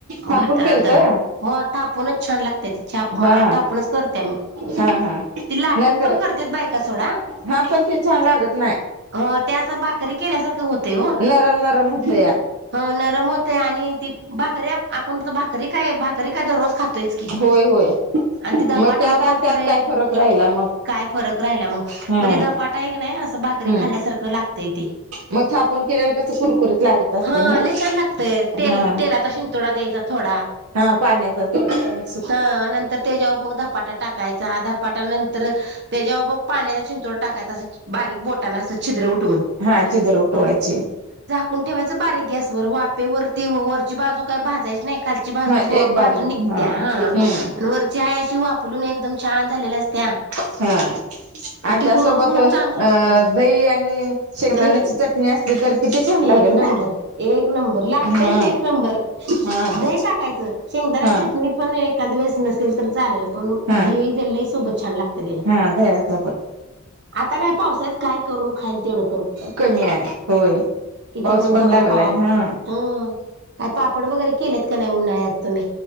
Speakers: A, on the right (about 80°); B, on the right (about 55°).
A: थापून
B: भातात,
A: केलत हा
B: हो. थापूनच छान लागते, छाप मा
A: हा
B: थापूनच करते मी
A: हा
B: ती लाटून
A: नाहीतर
B: पण करते तेच बायका सोडा.
A: हा पण ते छान लागत नाही
B: अ, त्याचा भाकरी केल्यासारखं होतंय हो.
A: नरम नरम होत या
B: ह, नरम होतेय आणि ती भाकरी आपण तर भाकरी काय भाकरी काय दररोज खात. च की
A: होय होय
B: आणि ते धपाटं
A: त्यात
B: मग
A: आणि
B: भाकरी,
A: त्यात काय फरक राहिला मग
B: काय फरक राहिला मग?
A: हम्
B: मग ते धपाटा एक नाही असं भाकरी
A: हम्
B: खाल्ल्यासारखं लागतंय ते.
A: मग थापूण केलेलं कस कुरकुरीत लागत असतील
B: हा
A: ना.
B: लय छान लागतय तेल
A: हा.
B: तेलाचा शिंतोडा द्यायचा थोडा
A: हा पाण्याचा ते. <unintelligible>
B: हा, नंतर त्याच्यावर मग धपाटा टाकायचा. धपाट्या नंतर त्याच्यावर मग पाण्याचा चिंतो टाकायचा असं बारीक बोटाना असं छिद्र उठ
A: हा, छिद्र उठवायची.
B: कोण ठेवायचं बारीेक गॅस वर वाफेवररती वरची बाजू काही भाजायची नाही. खालची बाजू
A: हा एक बाजू
B: भाजून निघत्या, हा
A: हम्म
B: आणि वरची आहे अशी वापरलून एकदम छान झालेल्या असत्या.
A: हम. आणि
B: ती
A: त्यासोबत
B: करून करून
A: अ
B: चांगलं लागतय
A: दही आणि शेंगदाण्याची
B: दही
A: चटणी असली तर किती छान लागेल
B: एक नंबर,
A: ना
B: एक नंबर, लागतयच
A: हा
B: एक नंबर.
A: हा
B: दही टाक यच शेंगदाण्याची
A: हा
B: चटनी पण एखांद वळेस नसेल तर चालेल पण
A: हा
B: दही ल सोबत छान लागते त्याच्या
A: हा, दह्या सोबत.
B: आता काय पावसात काय करून खाईल तेवढं.
A: कमी आहे, होय.
B: किती
A: पाऊस
B: पण करून
A: लागलाय
B: खावा
A: हा
B: हो, काही पापड वगैरे केलेत का नाही उन्हाळ्यात? तुम्ही